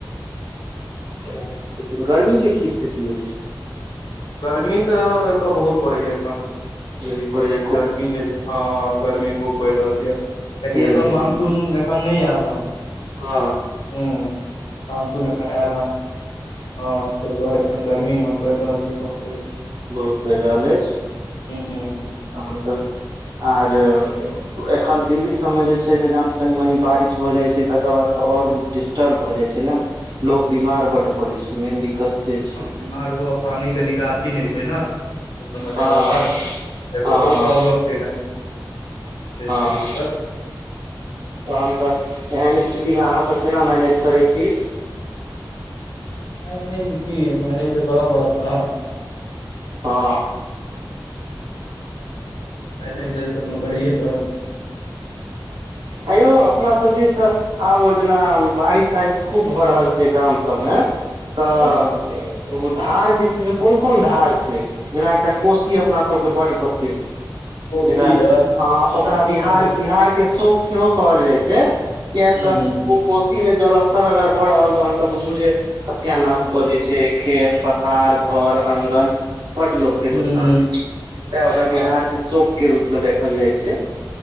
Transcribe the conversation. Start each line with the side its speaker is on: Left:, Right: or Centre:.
Right: ऐहेन ऐखन गर्मी के की स्थिति ऐछ।
Left: गर्मी तऽ एतय बहुत पड़ैया एखन
Right: जे भी बढ़िया
Left: गर्मी जे छै हां-हां गर्मी खूब पड़ रहल यै। कियाकि
Right: ह
Left: एता मानसुन ऐख खन नै ऐल हन
Right: हँ
Left: हुं मानसून एखन ऐल हन हँ ताहि दुआरे एखन गर्मी इमहर पड़ि रहल यऽ बहुत
Right: बहुत पैर रहल अइछ,
Left: हूं
Right: तहन तऽ आर एखन दिल्ली सब मे जे छै, से जहन कनी- मनी बारिश भ जाइ छै तकर बाद तऽ आओर डि डटर्ब भऽ जाइ छै ने, लोक बीमार बड़ पड़े छै मेन दिक्कत से छै।
Left: बीमारो आ पानी के निकासी नहि छै ने। एगो
Right: हँ हँ हँ
Left: ओहो प्रॉब्लम
Right: हँ
Left: छै कनि। से छै
Right: हँ
Left: दिक्कत।
Right: तहन तऽ एहन स्थिति में अहाँ सब केना मैनेज करै छी।
Left: मैनेज कि मैनेज तऽ कर पड़त ने।
Right: हँ
Left: मैनेज तऽ अय सब में करैये पड़त। ह
Right: आंयौ अपना सब दिस तऽ। आब जेना बारिश- तारिश खूब भऽ रहल छै गाम सबमें तऽ।
Left: हँ
Right: एगो धार जे छै कोन- कोन धार छै। जेना एकटा कोशी अपना सबके बड्ड प्रसिद्ध,
Left: कोशी
Right: जेकरा
Left: यऽ
Right: ह
Left: हँ
Right: ओकरा
Left: अपना
Right: बिहार
Left: सब
Right: बिहार के शोक सेहो कहल जाइ छै कियाक
Left: हूँ
Right: तऽ
Left: हूँ
Right: कोशी मे जलस्तर अगर बढ़ल तहन तऽ बुझू जे, सत्यानाश
Left: हूँ
Right: क दैत्य छै खेत प थार घर आङगन बड़ लोक के
Left: हूँ
Right: नुकसान होय छै। तऽ ओकरा बिहार
Left: हँ
Right: के शोक के रूप मे देखल जाइ छै।